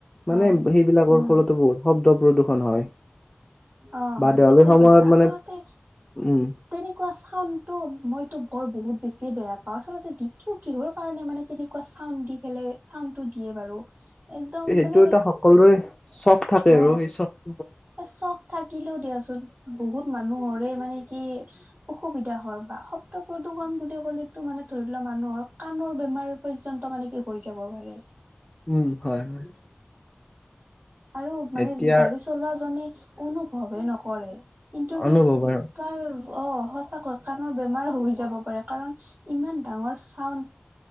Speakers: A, on the right; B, on the left.
A: হয়
B: মানে সেই বিলাকৰ
A: উম
B: ফলতো বহুত শব্দ প্ৰদূষণ হয়।
A: অ
B: বা
A: হয়
B: দেৱালীৰ
A: ঠিকে
B: সময়ত
A: কৈছে আচলতে
B: মানে উম
A: তেনেকুৱা চাউনটো মইতো বৰ বহুত বেছি বেয়া পাওঁ আচলতে দিকিও কিহৰ কাৰণে মানে তেনেকুৱা চাউণ্ড দি পেলে চাউণ্ডটো দিয়ে বাৰু একদম
B: সেইটো
A: মানে
B: এটা সকলোৰে চখ থাকে
A: অ
B: আৰু। সেই চখ
A: এ চখ থাকিলেও দিয়াচোন। বহুত মানুহৰে মানে কি অসুবিধা হয় বা শব্দ প্ৰদূষণ বুলি ক'লেটো মানে ধৰি লোৱা, মানুহৰ কাণৰ বেমাৰ পৰ্যন্ত মানে কি হৈ যাব পাৰে।
B: উম, হয়- হয়।
A: আৰু মানে
B: এতিয়াৰ
A: গাড়ী চলোৱাজনে কোনো ভয় নকৰে। কিন্তু কি
B: অনুভৱ আৰু
A: কাৰ অ, সঁচাকৈ কাণৰ বেমাৰ হৈ যাব পাৰে। কাৰণ ইমান ডাঙৰ চাউণ্ড